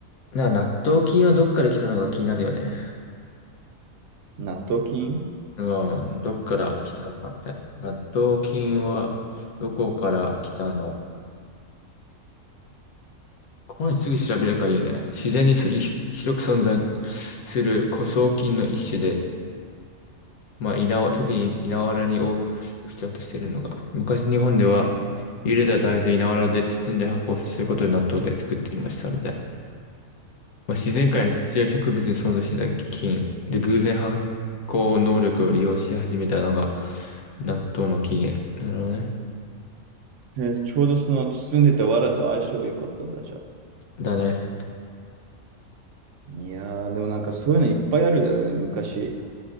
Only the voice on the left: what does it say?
なんか納豆菌はどっから来たのか気になるよね。
まあどっから来たのかみたいな。納豆菌はどこから来たのここにすぐ調べればいいよね。自然にそひ広く存在する古草菌の一種で、まあ、稲わ、特に稲わらに多く付着しているのが、昔日本では茹でた大豆を稲わらで包んで発酵させることで納豆で作っていましたみたいまあ、自然界の土や植物に存在してた菌で偶然発酵能力を利用し始めたのが
納豆の起源。なるほどね。
だね。